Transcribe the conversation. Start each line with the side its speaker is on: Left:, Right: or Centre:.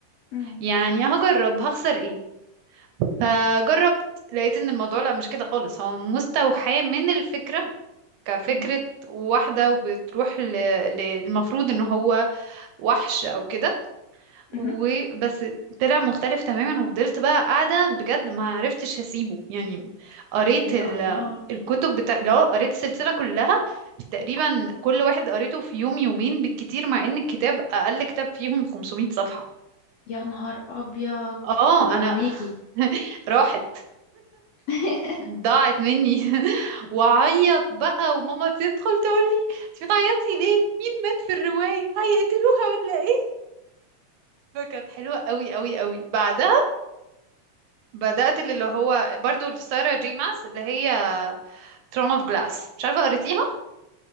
Left: أم،
Right: يعني هجرب هخسر ايه فجربت لقيت ان الموضوع لا مش كده خالص هو مستوحاه من الفكرة كفكرة
Left: أم،
Right: واحدة وبتروح ل- للمفروض ان هو وحش او كده وبس
Left: مهم.
Right: طلع مختلف تماما وفضلت بقى قاعدة بجد ما عرفتش هسيبه يعني قريت
Left: ايه ده
Right: ال-
Left: الله
Right: الكتب بتاع لا قريت السلسلة كلها تقريبا كل واحد قريته في يوم يومين بالكتير مع ان الكتاب اقل كتاب فيهم 500 صفحة
Left: يا نهار ابيض
Right: اه
Left: طب وعينيكي
Right: انا <laughs> راحت
Left: <laughs>
Right: ضاعت مني <laughs> وعيط بقى وماما تدخل تقول لي انت بتعيطي ليه مين مات في الرواية هيقتلوها ولا ايه فكانت حلوة قوي قوي قوي بعدها بدأت اللي هو برضو لسارة جي ماس اللي هي ثرون اوف جلاس مش عارفة قريتيها